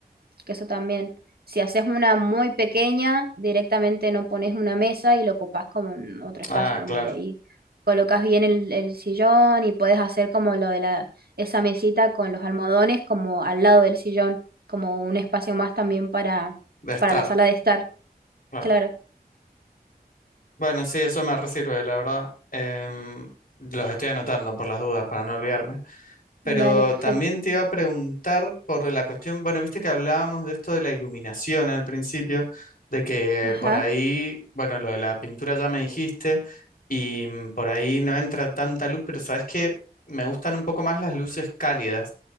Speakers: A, on the right; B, on the left.
A: que eso también, si haces una muy pequeña, directamente no pones una mesa y lo ocupás como en otro espacio,
B: ah,
A: digamos,
B: claro,
A: y ahí colocas bien el, el sillón y puedes hacer como lo de la, esa mesita con los almohadones como al lado del sillón, como un espacio más también para,
B: de estar,
A: para la sala de estar.
B: claro.
A: Claro,
B: Bueno, sí, eso me resirve, la verdad. Em, los estoy anotando por las dudas para no olvidarme. Pero
A: dale, perfecto.
B: también te iba a preguntar por la cuestión, bueno, viste que hablábamos de esto de la iluminación al principio, de que
A: Ajá,
B: por ahí, bueno, lo de la pintura ya me dijiste, y mm, por ahí no entra tanta luz, pero sabes que me gustan un poco más las luces cálidas.